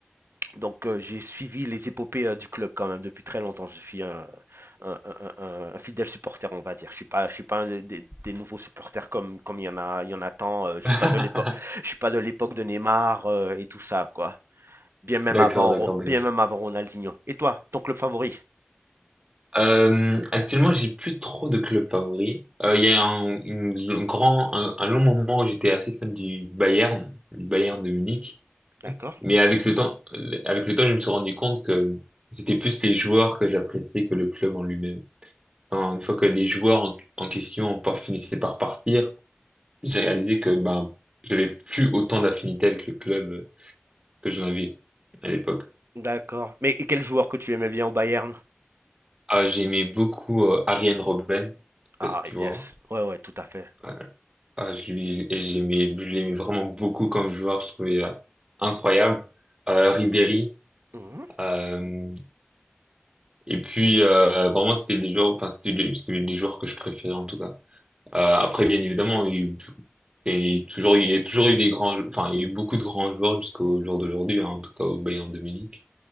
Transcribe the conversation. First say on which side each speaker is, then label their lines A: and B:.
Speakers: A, on the right; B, on the right.
A: Donc euh, j'ai suivi les épopées euh, du club quand même depuis très longtemps. Je suis un, un- un- un- un fidèle supporter, on va dire. Je suis pas, je suis pas un des, des- des nouveaux supporters comme comme il y en a, il y en a tant. euh, je
B: <laughs>
A: suis pas de l'époque, je suis pas de l'époque de Neymar euh, et tout ça quoi. Bien même
B: D'accord,
A: avant,
B: d'accord,
A: Ro-
B: d'accord.
A: bien même avant Ronaldinho. Et toi, ton club favori?
B: Euh, actuellement, j'ai plus trop de clubs favoris. Euh, Il y a un, une- un grand, un, un long moment où j'étais assez fan du Bayern, du Bayern de Munich.
A: D'accord,
B: Mais avec le temps, euh, avec le temps, je me suis rendu compte que c'était plus les joueurs que j'appréciais que le club en lui-même. Enfin, une fois que les joueurs en, en question par- finissaient par partir, j'ai réalisé que ben j'avais plus autant d'affinité avec le club euh, que j'en avais à l'époque.
A: d'accord. Mais et quel joueur que tu aimais bien au Bayern?
B: Ah, j'aimais beaucoup euh, Arjen Robben, je sais
A: Ah
B: pas si tu vois.
A: yes, ouais ouais, tout à fait.
B: Ouais. Ah, je lui- et j'aimais, je l'aimais vraiment beaucoup comme joueur, je trouvais euh, incroyable. Euh, Ribéry,
A: Mhm.
B: euh, et puis euh, vraiment c'était les joueurs, enfin c'était les, c'était les joueurs que je préférais en tout cas. Euh, après bien évidemment, il y a eu il y a eu toujours, il y a toujours eu des grands, enfin il y a eu beaucoup de grands joueurs jusqu'au jour d'aujourd'hui, hein, en tout cas au Bayern de Munich.